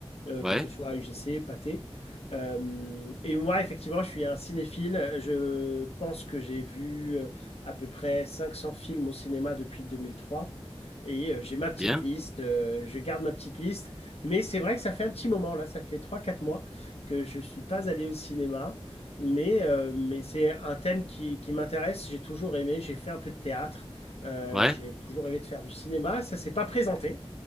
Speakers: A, on the left (about 80°); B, in the centre.
A: euh,
B: ouais,
A: que ce soit UGC, Pathé. Euh, et moi, effectivement, je suis un cinéphile. Je pense que j'ai vu euh, à peu près 500 films au cinéma depuis 2003, Et euh, j'ai ma
B: c'est
A: petite
B: bien,
A: liste, euh, je garde ma petite liste. Mais c'est vrai que ça fait un petit moment, là, ça fait trois, quatre mois que je ne suis pas allé au cinéma. Mais, euh, mais c'est un thème qui, qui m'intéresse. J'ai toujours aimé, j'ai fait un peu de théâtre, euh,
B: ouais.
A: j'ai toujours rêvé de faire du cinéma. Ça ne s'est pas présenté.